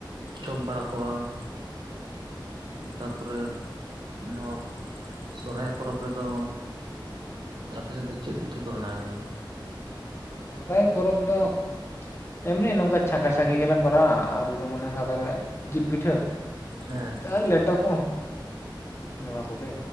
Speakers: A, on the right; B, on the left.
A: ᱪᱚᱯ ᱵᱟᱲᱟ ᱠᱚᱣᱟ ᱾
B: ᱦᱩᱸ ᱾
A: ᱛᱟᱨ ᱯᱚᱨᱮ ᱱᱚᱣᱟ ᱥᱚᱨᱦᱟᱭ ᱯᱚᱨᱚᱵᱽ ᱨᱮᱫᱚ ᱟᱯᱮ ᱥᱮᱫ ᱫᱚ ᱪᱮᱫ ᱯᱤᱴᱷᱟᱹ ᱠᱚ ᱵᱮᱱᱟᱣ ᱜᱮᱭᱟ?
B: ᱥᱚᱦᱚᱨᱟᱭ ᱯᱚᱨᱚᱵᱽ ᱫᱚ ᱮᱢᱱᱤ ᱱᱚᱝᱠᱟ ᱪᱷᱟᱠᱟ ᱪᱷᱟᱠᱤ ᱜᱮᱞᱮ ᱠᱚᱨᱟᱣᱟ ᱟᱨ ᱡᱩᱫᱤ ᱢᱚᱱᱮ ᱠᱷᱟᱱ ᱛᱟᱞᱮ ᱡᱤᱞ ᱯᱤᱴᱷᱟᱹ᱾
A: ᱦᱮᱸ ᱾
B: ᱟᱨ ᱞᱮᱴᱚ ᱠᱚ ᱱᱚᱣᱟ ᱠᱚᱜᱮ